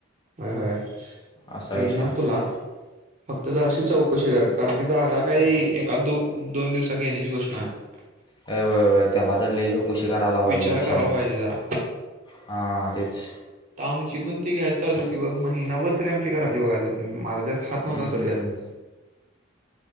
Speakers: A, on the right; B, on the left.
A: होय होय
B: असा
A: मी
B: विषय
A: ना
B: आहे
A: तुला फक्त जर अशी चौकशी कर कारण की जागा काही एका दो दोन दिवसात घेण्याची घोषणा आहे <unintelligible>
B: अ वयय त्याला तर लिई चौकशी करायला
A: विचार
B: पाहिजे
A: करायला
B: सांध्या
A: पाहिजे जरा
B: हा तेच
A: तर आमची पण ती घ्यायला चाल होती बघ महिनाभर तरी आमची घरातली बघाली माझा जास्त हात नव्हता
B: हम्म,
A: सडत्यात
B: हम्म.